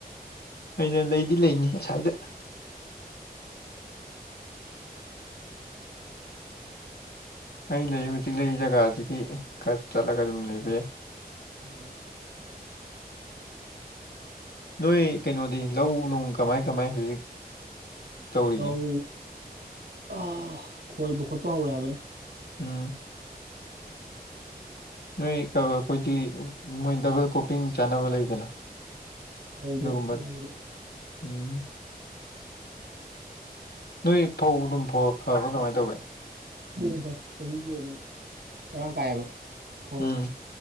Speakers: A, on the left (about 80°); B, on the right (about 85°).
A: ꯑꯩꯅ ꯂꯩꯗꯤ ꯂꯩꯅꯤ ꯑꯁꯥꯏꯗ ꯑꯩꯅ ꯂꯩ ꯍꯧꯖꯤꯛ ꯂꯩꯔꯤ ꯖꯒꯥꯁꯤꯒꯤ ꯈꯔ ꯆꯠꯂꯒ ꯑꯗꯨꯝ ꯂꯩꯕ ꯌꯥꯏ
B: <inaudible>
A: ꯅꯣꯏ ꯀꯩꯅꯣꯗꯤ ꯂꯧ ꯅꯨꯡ ꯀꯃꯥꯏ ꯀꯃꯥꯏ ꯍꯧꯖꯤꯛ ꯇꯧꯔꯤꯒꯦ
B: ꯂꯧ ꯑꯥ ꯈꯣꯏꯕ ꯈꯣꯠꯄ ꯍꯧꯔꯦ ꯍꯥꯏꯕꯅꯤ
A: ꯎꯝ ꯅꯣꯏ ꯀꯀꯥꯈꯣꯏꯗꯤ ꯃꯣꯏ ꯗꯕꯜ ꯀ꯭ꯔꯣꯄꯤꯡ ꯆꯥꯅꯕ ꯂꯩꯗꯅ
B: ꯍꯧꯗꯦꯗ
A: ꯑꯗꯨꯒꯨꯝꯕ
B: ꯍꯧꯕꯗꯤ
A: ꯎꯝ ꯅꯣꯏ ꯐꯧ ꯑꯗꯨꯝ ꯐ ꯐꯕ꯭ꯔꯥ ꯀꯃꯥꯏꯅ ꯇꯧꯒꯦ
B: ꯐꯩꯌꯦ ꯐꯩ ꯆꯍꯤꯒꯤ ꯑꯗꯨꯝ ꯃꯔꯥꯡ ꯀꯥꯏꯕ ꯐꯧ
A: ꯎꯝ